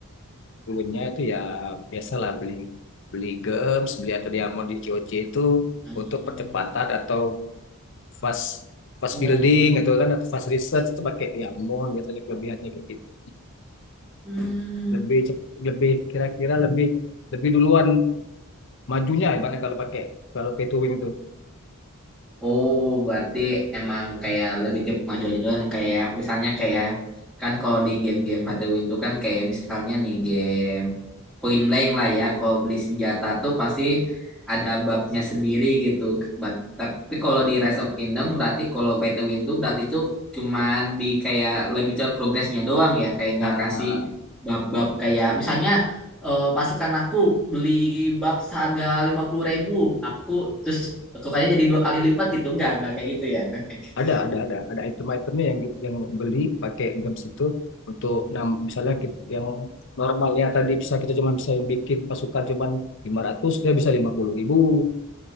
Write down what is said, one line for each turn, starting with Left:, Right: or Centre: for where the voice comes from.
Left: dulunya itu ya biasalah beli beli gems, beli atau diamond di COC itu
Centre: Hmm.
Left: untuk percepatan atau fast fast
Centre: Oh.
Left: building gitu kan atau fast research itu pakai Diamond biasanya kelebihannya kayak gitu
Centre: Hmm.
Left: lebih cep- lebih kira-kira lebih lebih duluan majunya ibaratnya kalau pakai kalau pay to win itu
Centre: Oh, berarti emang kayak lebih cepat maju aja doang. Kayak misalnya kayak kan kalau di game-game Battle Win itu kan kayak misalnya nih game point blank lah ya kalau beli senjata tuh pasti ada babnya sendiri gitu But- tapi kalau di Rise of Kingdom berarti kalau pay to win tuh berarti tuh cuman di kayak lebih cepat progresnya doang ya kayak nggak
Left: nah,
Centre: kasih bab-bab kayak misalnya eh, pasukan aku beli bab seharga lima puluh ribu aku terus tukangnya jadi dua kali lipat gitu nggak nggak kayak gitu ya nggak kayak gitu.
Left: ada ada ada ada item-itemnya yang yang beli pakai games itu untuk nah, misalnya kit- yang normalnya tadi bisa kita cuma bisa bikin pasukan cuman lima ratus dia bisa lima puluh ribu